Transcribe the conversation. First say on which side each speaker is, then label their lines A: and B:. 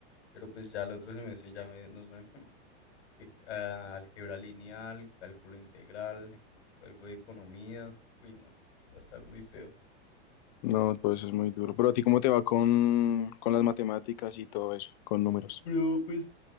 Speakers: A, on the left; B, on the left.
A: Pero pues ya el otro semestre ya me- nos dan. <laughs> que ah, álgebra lineal, cálculo integral, algo de economía. Uy, no, va a estar muy feo.
B: No, todo eso es muy duro. Pero a ti, ¿cómo te va con, con las matemáticas y todo eso, con números?
A: Bro, pues,